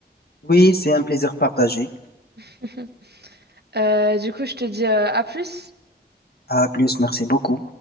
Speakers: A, on the left (about 65°); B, on the right (about 70°).
A: Oui, c'est un plaisir partagé.
B: <laughs> Euh, du coup, je te dis euh, à plus.
A: À plus, merci beaucoup.